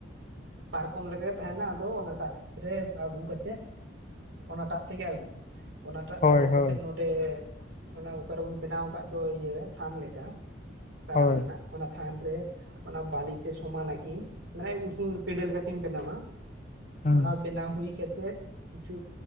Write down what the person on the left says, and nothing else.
ᱦᱳᱭ
ᱦᱳᱭ
ᱦᱳᱭ
ᱦᱩᱸ